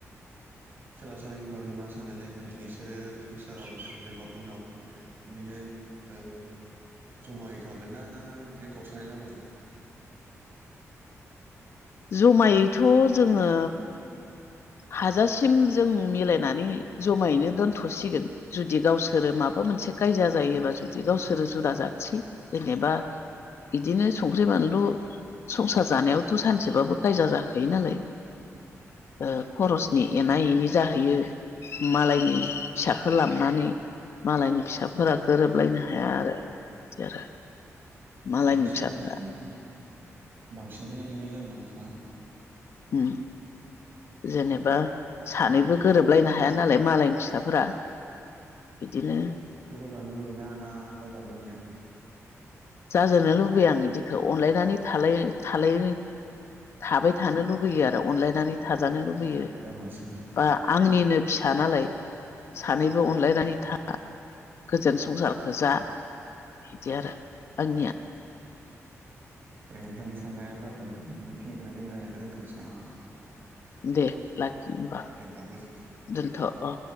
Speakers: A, on the right; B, on the left.
A: फिसाला सानैनि बागै मा सानो? जेनेबा बिसोरो फिउसाराव जेनेबा उनाव बिदिनो ओ ज'मायै थागोन ना ना बिदिनो गावस्रानाय जामारगोन।
B: जमायैथ' जोङो हाजासिम जों मिलायनानै ज'मायैनो दोनथ'सिगोन। जुदि गावसोरो माबा मोनसे कायजा जायोबा जुदि गावसोरो जुदा जानसै जेनेबा इदिनो संख्रि, बानलु संसार जानायावथ' सानसेबाबो कायजा जाखायो नालाय। ओ खरसनि एना एनि जाहैयो। मालायनि फिसाखो लाबनानै मालायनि फिसाफोरा गोरोबलायनो हाया आरो बिदि आरो। मालायनि
A: बांसिनानो
B: फिसाफ्रा
A: इदिनो बांसिनखोनो बिदि नुयो आरो ना नोंथाङा?
B: उम जेनेबा
A: जेनेबा
B: सानैबो गोरोबलायनो हाया नालाय मालायनि फिसाफोरा बिदिनो
A: जानलुगैयो ना ना जानो लुगैयो?
B: जाजानो लुबैया आं बिदिखौ अनलायनानै थालाय थालाय थाबाय थानो लुुगैयो आरो अनलायनानै थाजानो लुबैयो।
A: जायगा मोनसेखौनो
B: बा आंनिनो फिसा नालाय। सानैबो अनलायनानै था गोजोन संसारखौ जा। इदि आरो आंनिया।
A: ए नोंथांनि साननाया जाफुंथों। बेखिनिखौनो जों रायलायनायखौ दोनथनोसै नामा नोंथां?
B: दे लाखि होमबा।
A: दे होमबा गोजोनथों।
B: दोनथ' अ'